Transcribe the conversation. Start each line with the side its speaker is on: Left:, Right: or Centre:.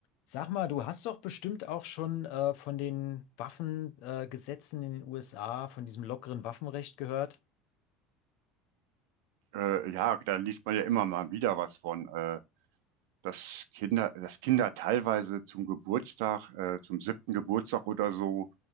Left: Sag mal, du hast doch bestimmt auch schon äh, von den Waffengesetzen äh, Gesetzen in den USA, von diesem lockeren Waffenrecht gehört.
Right: Äh, ja, da liest man ja immer mal wieder was von, äh, dass Kinder, dass Kinder teilweise zum Geburtstag, äh, zum siebten Geburtstag oder so,